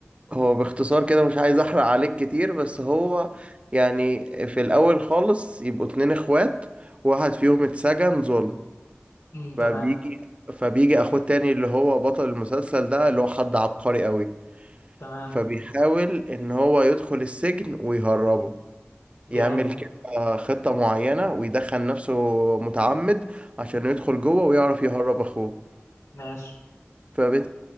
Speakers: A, on the right (about 25°); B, on the left (about 85°).
A: هو باختصار كده مش عايز احرق عليك كتير بس هو يعني في الاول خالص يبقوا اتنين اخوات واحد فيهم اتسجن ظلم
B: امم
A: فبيجي
B: تمام
A: فبيجي اخوه تاني اللي هو بطل المسلسل ده اللي هو حد عبقري قوي
B: تمام
A: فبيحاول ان هو يدخل السجن ويهربه
B: جامد
A: يعمل كده خطة معينة ويدخل نفسه متعمد عشان
B: مم.
A: يدخل جوه ويعرف يهرب اخوه
B: ماشي
A: فبت...